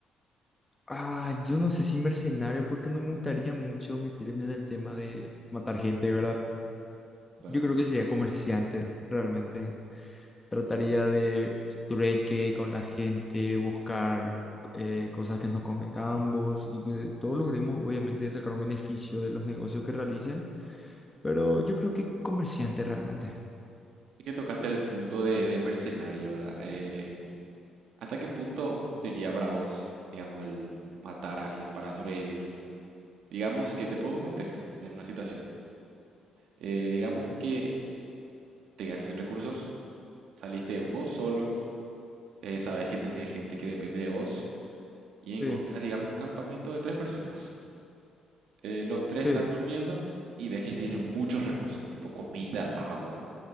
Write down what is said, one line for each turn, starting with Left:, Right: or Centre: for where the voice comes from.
Left: Ah, yo no sé si mercenario, porque no me gustaría mucho meterme en el tema de matar gente, ¿verdad?
Right: Claro.
Left: Yo creo que sería comerciante, realmente. Trataría de trueque con la gente, buscar eh, cosas que nos convengan a ambos y que todos logremos, obviamente, sacar un beneficio de los negocios que realicen. Pero yo creo que comerciante, realmente.
Right: Es que tocaste el punto de, de mercenario, ¿verdad? Eh, ¿hasta qué punto sería para vos, digamos, el matar a alguien para sobrevivir? Digamos que te pongo en contexto, en una situación. Eh, digamos que te quedaste sin recursos, saliste vos solo eh, sabes que tenés gente que depende de vos y encontrás,
Left: Sí.
Right: digamos, un campamento de tres personas. Eh, los tres
Left: Sí,
Right: están durmiendo y ves que tienen muchos recursos, tipo comida, agua.